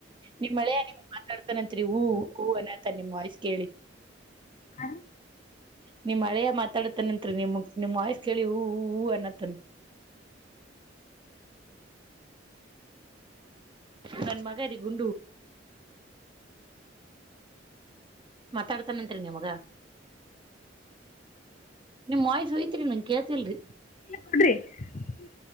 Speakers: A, on the right (about 25°); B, on the left (about 40°).
A: ನಿಮ್ಮ ಅಳಿಯ ನಿಮ್ ಮಾತಾಡ್ತಾನತ್ರಿ ಹಊ ಹೂ ಅನತ ನಿಮ್ ವಾಯ್ಸ್ ಕೇಳಿ.
B: ಹ.
A: ನಿಮ್ ಹಳೆಯ ಮಾತಾಡತನತ್ರಿ ನಿಮ್ ನಿಮ್ ವಯಸ್ ಕೇಳಿ ಹ ಹಊ ಅನತ್ತನ್. <unintelligible> ನನ್ನ ಮಗ ರಿ ಗುಂಡು. ಮಾತಾಡ್ತಾನನ್ರಿ ನಿಮ್ಗ. ನಿಮ್ಮ ವಾಯ್ಸ್ ಹೋಯಿತು ಕೇತಲ್ರಿ.
B: ಇಲ್ಲ ಕೊಡ್ರಿ. <unintelligible>